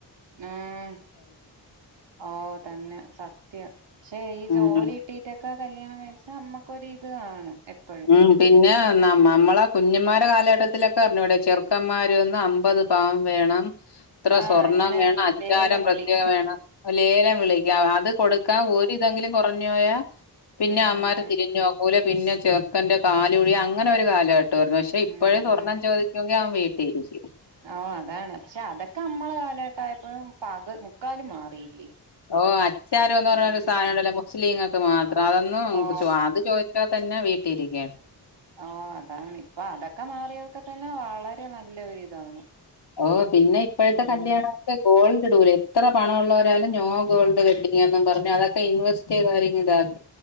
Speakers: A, on the right (about 80°); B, on the left (about 65°).
A: ഉം ഓ തന്നെ സത്യം പക്ഷെ ഈ ജോലി
B: ഉം
A: കിട്ടിട്ട പ്പ കല്യാണം കഴിച്ചാ നമ്മക്കൊര് ഇത് കാണും എപ്പഴും
B: ഉം പിന്നെ എന്നാ മമ്മളെ കുഞ്ഞന്മാടെ കാലഘട്ടത്തിലൊക്കെ അറിഞ്ഞൂടെ ചെറുക്കന്മാ അമ്പത് പംവേണം ഇത്ര
A: ആഹ്
B: സ്വർണം
A: ഇങ്ങനെ
B: വേണം അച്ചാരം
A: ലേലം
B: പ്രത്യേകം
A: വിളിക്കും
B: വേണം ലേലം വിളി അത് കൊടുക്കാൻ ഒരു എന്തെങ്കിലും കുറഞ്ഞ പോയാ പിന്നെ
A: ഉം
B: അമ്മാര് തിരിഞ്ഞോക്കൂല പിന്നെ ചേർ ന്റെ കാലൂഴി അങ്ങനെ ഒരു കാലക ഷെ ഇപ്പോഴേ
A: ഉം
B: സ്വർണം
A: ഉം
B: ചോദിക്കെങ്കിൽ അവൻ വീട്ട് ശരി ശരി
A: ഓ അതാണ് പക്ഷെ അതൊക്കെ നമ്മളെ കാലഘട്ടയപ്പോഴും പക മുക്കാലും മാറിയില്ലേ
B: ഓ അച്ചാരോന്ന് പറഞ്ഞരു
A: ഉം
B: സാധനം ഉണ്ടല്ലോ സ്ലീങ്ങക്കെ മാ അ അതൊന്നും
A: ഓ
B: അത് ചോദിച്ചാൽ തന്നെ വീട്ട തിരി
A: ഓ അതാണ് ഇപ്പൊ അതൊക്കെ മാറിയോ ക്കെ തന്നെ വളരെ നല്ല ഒരിതാണ്
B: ഓ പിന്നെ ഇപ്പോഴത്തെ
A: ഉം
B: കല്യാണൊക്കെ ഗോൾഡ് ഇടൂലെ ഇത്ര പണമുള്ളള്ളവരും നോ ഗോൾഡ് വെഡിങാന്ന് പറഞ്ഞ് അതൊക്കെ ഇൻവെസ്റ്റ് ചെയ്തു ഇതാക്ക